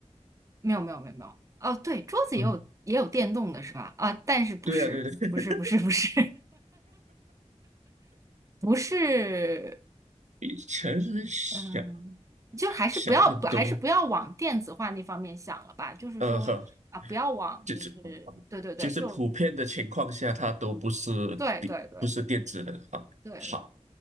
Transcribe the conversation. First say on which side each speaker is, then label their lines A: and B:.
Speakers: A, on the right (about 25°); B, on the right (about 80°).
A: 没有没有没有没有。哦，对，桌子也有也有电动的是吧？
B: 嗯，
A: 啊，但是不是不是不是不是
B: 对啊，对对，<laughs>
A: <laughs> 不是，
B: 比成人小。
A: 嗯，就还是不要不还是不要往电子化那方面想了吧，
B: 小很多，
A: 就是说啊，
B: 呃，呵
A: 不要往就是对对对，
B: 就是就是普遍的情况下，
A: 就
B: 它都不是电不是电子的好，
A: 对对对对对，
B: 好，